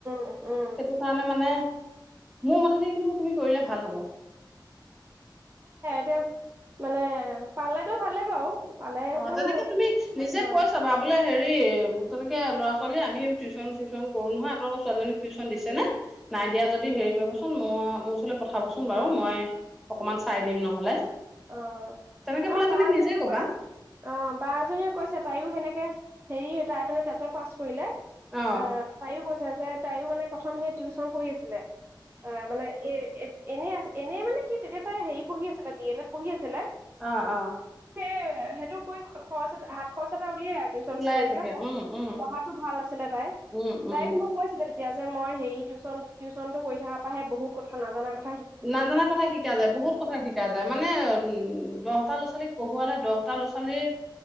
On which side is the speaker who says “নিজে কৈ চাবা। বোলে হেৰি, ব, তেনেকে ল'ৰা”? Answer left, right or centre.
Centre